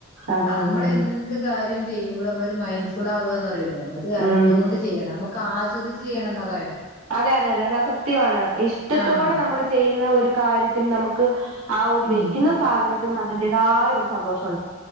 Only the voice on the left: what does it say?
നമ്മളെന്ത്
കാര്യം ചെയ്യുമ്പോൾ നമ്മള ഒരു മൈൻഡ് ഫുൾ ആവുവാന്ന് പറയില്ലേ അത് അറിഞ്ഞോണ്ട്
ചെയ്യണം നമുക്ക് ആസ്വദി ചെയ്യണെന്നാ പറയിണേ
ആഹ്
ഉം